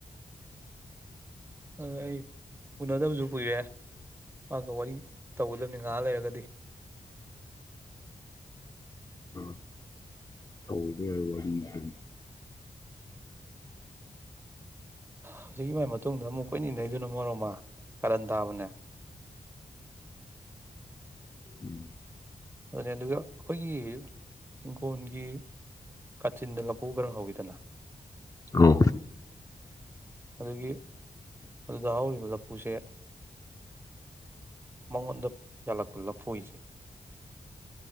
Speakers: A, on the right; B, on the left.
A: ꯑꯗꯨ ꯑꯩ ꯎꯅꯗꯕꯁꯨ ꯀꯨꯏꯔꯦ ꯃꯥꯒ ꯋꯥꯔꯤ ꯇꯧꯒꯗꯕꯅꯤ ꯉꯥꯏꯍꯥꯛ ꯂꯩꯔꯒꯗꯤ
B: ꯑ ꯇꯧꯕꯧꯕ ꯌꯥ ꯋꯥꯔꯤ ꯑꯗꯨꯝ
A: ꯍꯧꯖꯤꯛꯀꯤ ꯃꯥꯏ ꯃꯇꯨꯡꯗ ꯑꯃꯨꯛ ꯀꯨꯏꯅꯤꯡꯟꯅꯩꯗꯨꯅ ꯃꯣꯔꯣꯃ ꯀꯥꯔꯟ ꯇꯥꯕꯅꯦ
B: ꯎꯝ
A: ꯑꯗꯨꯅꯦ ꯑꯗꯨꯒ ꯑꯩꯈꯣꯏꯒꯤ ꯍꯤꯡꯈꯣꯟꯒꯤ ꯀꯥꯆꯤꯟꯗ ꯂꯕꯨꯨ ꯈꯔ ꯍꯧꯋꯤꯗꯅ
B: ꯑꯣ
A: ꯑꯗꯒꯤ ꯑꯗꯨꯗ ꯍꯧꯔꯤꯕ ꯂꯐꯨꯁꯦ ꯃꯉꯣꯟꯗ ꯌꯥꯜꯂꯛꯄ ꯂꯐꯨꯁꯦ